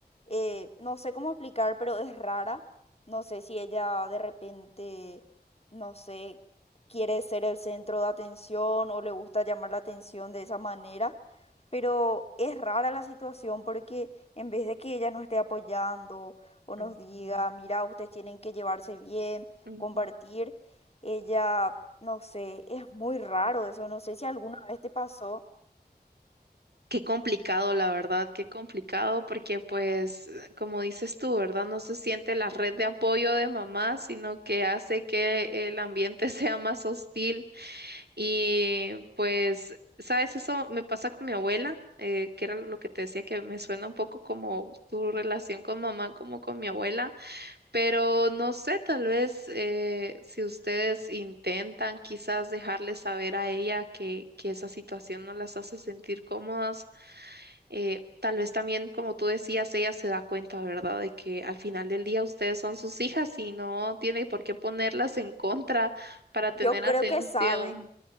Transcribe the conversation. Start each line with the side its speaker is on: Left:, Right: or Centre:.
Left: eh, no sé cómo explicar, pero es rara. No sé si ella de repente, no sé, quiere ser el centro de atención o le gusta llamar la atención de esa manera, pero es rara la situación porque en vez de que ella nos esté apoyando o nos
Right: ujú,
Left: diga, mira, ustedes tienen que llevarse bien,
Right: ujú.
Left: compartir, ella, no sé, es muy raro eso, no sé si alguna vez te pasó.
Right: Qué complicado, la verdad, qué complicado, porque pues, como dices tú, ¿verdad? No se siente la red de apoyo de mamá, sino que hace que el ambiente <laughs> sea más hostil Y pues, ¿sabes? Eso me pasa con mi abuela, eh, que era lo que te decía que me suena un poco como tu relación con mamá, como con mi abuela, pero no sé, tal vez eh, si ustedes intentan quizás dejarle saber a ella que, que esa situación no las hace sentir cómodas, eh, tal vez también, como tú decías, ella se da cuenta, ¿verdad? De que al final del día ustedes son sus hijas y no tiene por qué ponerlas en contra para tener
Left: Yo creo
Right: atención.
Left: que sabe.